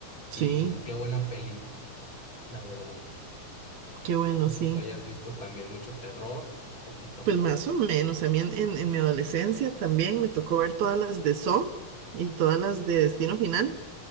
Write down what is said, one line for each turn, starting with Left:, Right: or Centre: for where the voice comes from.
Right: sí.
Left: Y qué buena peli, la verdad.
Right: Qué bueno,
Left: No
Right: sí.
Left: sé si tú hayas visto también mucho terror, un poquito.
Right: Pues más o menos. A mí en, en- en mi adolescencia también me tocó ver todas las de Saw y todas las de Destino Final.